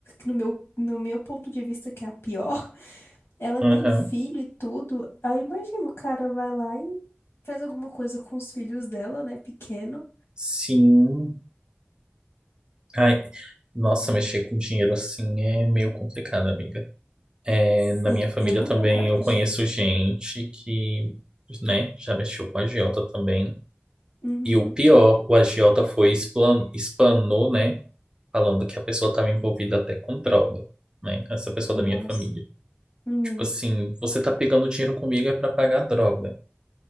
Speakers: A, on the left; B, on the right.
A: no meu, no meu ponto de vista, que é a pior, Ela
B: uhum.
A: tem filho e tudo. Aí imagina o cara vai lá e faz alguma coisa com os filhos dela, né? Pequeno.
B: Sim. Ai, nossa, mexer com dinheiro assim é meio complicado, amiga. É, na
A: Sim,
B: minha família
A: eu não
B: também
A: tenho coragem.
B: eu conheço gente que, né, já mexeu com agiota também.
A: Uhum.
B: E o pior, o agiota foi explan- explanou, né, falando que a pessoa estava envolvida até com droga, né, essa pessoa
A: Nossa.
B: da minha família.
A: Uhum.
B: Tipo assim, você tá pegando dinheiro comigo é para pagar droga.